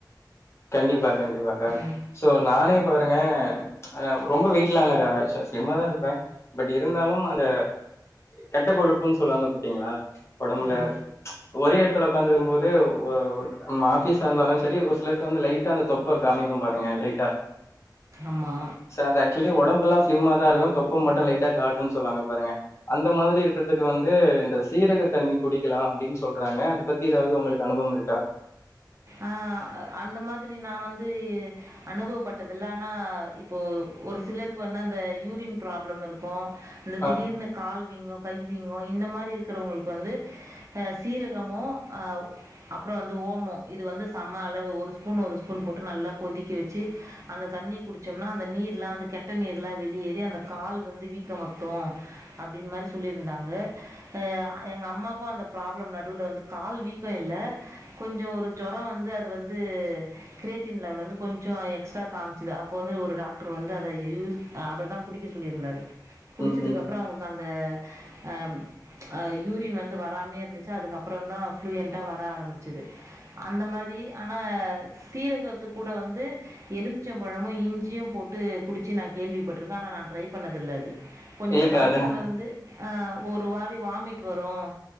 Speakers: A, on the left (about 40°); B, on the right (about 40°).
A: கண்டிப்பா கண்டிப்பாக்க
B: ம்.
A: சோ நானே பாருங்க ஆ ரொம்ப வெயிட்ல இல்லகா ஸ்லிம்மாாதான் இருப்பேன் பட் இருந்தாலும் அந்த கெட்டக்கொழப்புன்னு சொல்லுவாங்க பத்தீங்களா உடம்புல
B: ஆம்.
A: ஒரே எடத்துல உட்காந்துருக்கும் போது ஓ ஓ நம்ம ஆபிஸ்ஸா இருந்தாலும் செரி ஒரு சிலருக்கு வந்து லைட்டா அந்த தொப்பை காமிக்கும் பாருங்க லைட்டா
B: ஆமா.
A: ச அ ஆக்சுவலி உடம்பு எல்லாம் ஸ்லிம்மா தான் இருக்கும் தொப்ப மட்டும் லைட்டா காட்டும்ன்னு சொல்லுவாங்க பாருங்க அந்த மாதிரி இருக்கிறதுக்கு வந்து இந்த சீரக தண்ணி குடிக்கலாம் அப்படின்னு சொல்றாங்க அதை பத்தி ஏதாவது உங்களுக்கு அனுபவம் இருக்கா
B: ஆ அந்த மாதிரி நான் வந்து அனுபவப்பட்டதில்ல ஆனா இப்போ ஒரு சிலருக்கு வந்து அந்த யூரின் ப்ராப்ளம் இருக்கும் இந்த
A: ஆ
B: திடீர்னு கால்வீங்க கைவீங்கும் இந்த மாதிரி இருக்கிறவங்களுக்கு வந்து சீரகமும் அப்புறம் வந்து ஓமம் இது வந்து செம்ம அளவு ஒரு ஸ்பூன் ஒரு ஸ்பூன் போட்டு நல்லா கொதிக்க வெச்சு அந்த தண்ணி குடிச்சோம்னா அந்த நீர்ல வந்து கெட்ட நீர் எல்லாம் வெளியேறி அந்த கால் வந்து வீக்க வத்தும் அப்படினு மாரி சொல்லிருந்தாங்க எ எங்க அம்மாக்கும் அந்த ப்ராப்ளம் நடுவுல வந்து கால் வீக்கம் இல்ல கொஞ்சம் ஒரு ஜுரம் வந்து அது வந்து கிரியேட்டின் லெவல வந்து கொஞ்சம் எக்ஸ்ட்ரா காமிச்சிது அப்போது வந்து ஒரு டாக்டர் வந்து அத யூஸ் அத தான் குடிக்க சொல்லியிருந்தாரு குடிச்சதுக்க
A: ம் ம் ம்.
B: அப்புறம் அவங்களுக்கு அந்த ஆ ஆ யூரின் வந்து வராமே இருந்துச்சா அதுக்கப்புறம தான் ப்ளூயண்டா வர ஆரம்பிச்சுது அந்த மாரி ஆனால் சீரகத்துக்க கூட வந்து எலுமிச்ச பழமும் இஞ்சியும் போட்டு குடிச்சி நான் கேள்விப்பட்ருக்கேன் ஆனா நான் ட்ரை பண்ணதில்ல அது கொஞ்சம்
A: இல்லக்கா
B: ஸ்டார்ட்டிங்ல
A: அது நா
B: வந்து ஆ ஒரு வாரி வாமிட் வரும்